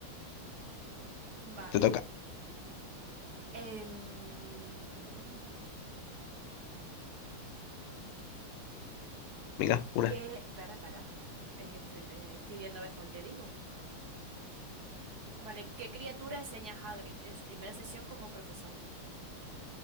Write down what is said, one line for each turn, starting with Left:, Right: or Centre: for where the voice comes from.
Right: Vale.
Left: Te toca.
Right: Em,
Left: Venga, una.
Right: ¿qué? Para, para. Es que estoy, pe- estoy viendo a ver cuál te digo. Vale, ¿qué criatura enseña Hagrid en su primera sesión como profesor?